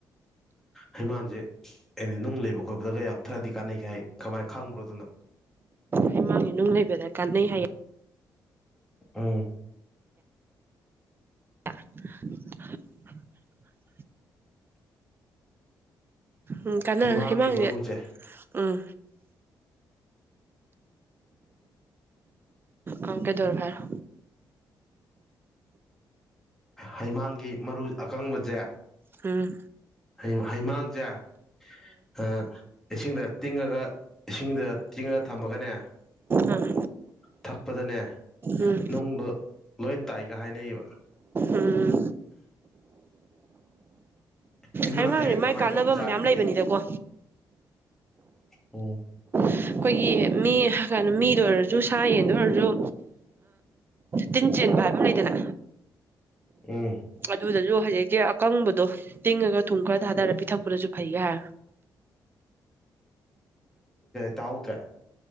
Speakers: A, in the centre; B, on the right (about 30°).
A: ꯍꯩꯃꯥꯟꯁꯦ ꯑꯦꯅꯤ ꯅꯨꯡ ꯂꯩꯕ ꯑꯣꯏꯕꯗꯒ ꯌꯥꯝ ꯊꯔꯗꯤ ꯀꯥꯟꯅꯩꯈꯤ ꯍꯥꯏ ꯀꯃꯥꯏꯅ ꯈꯪꯕ꯭ꯔꯣꯗꯨꯅ
B: ꯍꯩꯃꯥꯡꯁꯦ ꯅꯨꯡ ꯂꯩꯕꯗ ꯀꯥꯟꯅꯩ ꯍꯥꯏꯌꯦ
A: ꯎꯝ
B: <unintelligible> ꯎꯝ ꯀꯥꯟꯅ
A: ꯍꯩꯃꯥꯡꯒꯤ
B: ꯍꯩꯃꯥꯡꯁꯦ
A: ꯃꯔꯨꯁꯦ
B: ꯎꯝ ꯑꯥ ꯀꯩꯗꯧꯔꯕ ꯍꯥꯏꯎ
A: ꯍꯩꯃꯥꯡꯒꯤ ꯃꯔꯨ ꯑꯀꯪꯕꯁꯦ
B: ꯎꯝ
A: ꯍꯩ ꯍꯩꯃꯥꯡꯁꯦ ꯑꯥ ꯏꯁꯤꯡꯗ ꯇꯤꯡꯉꯒ ꯏꯁꯤꯡꯗ ꯇꯤꯡꯉꯒ ꯊꯝꯃꯒꯅꯦ
B: ꯑꯥ
A: ꯊꯛꯄꯗꯅꯦ
B: ꯎꯝ
A: ꯅꯨꯡꯗꯣ ꯂꯣꯏ ꯇꯥꯏꯒ ꯍꯥꯏꯅꯩꯌꯦꯕ
B: ꯎꯝ
A: ꯍꯩꯃꯥꯡꯁꯦ
B: ꯍꯥꯏ ꯃꯥ ꯃꯒꯤ
A: ꯀꯃꯥꯏꯅ
B: ꯀꯥꯟꯅꯕ
A: ꯇꯧꯔ ꯆꯥꯒꯦꯅꯣꯗꯤ
B: ꯃꯌꯥꯝ ꯂꯩꯕꯅꯤꯗꯀꯣ
A: ꯎꯝ
B: ꯑꯩꯈꯣꯏꯒꯤ ꯃꯤ ꯀꯅꯣ ꯃꯤꯗ ꯑꯣꯏꯔꯁꯨ ꯁꯥ ꯌꯦꯟꯗ ꯑꯣꯏꯔꯁꯨ ꯇꯤꯟ ꯆꯦꯟꯕ ꯍꯥꯏꯕ ꯑꯃ ꯂꯩꯗꯅ
A: ꯎꯝ
B: ꯑꯗꯨꯗꯁꯨ ꯍꯧꯖꯤꯛꯀꯤ ꯑꯀꯪꯕꯗꯣ ꯇꯤꯡꯉꯒ ꯊꯨꯝ ꯈꯔ ꯊꯥꯗꯔ ꯄꯤꯊꯛꯄꯗꯁꯨ ꯐꯩ ꯍꯥꯏ
A: ꯇꯍꯧꯗ꯭ꯔꯦ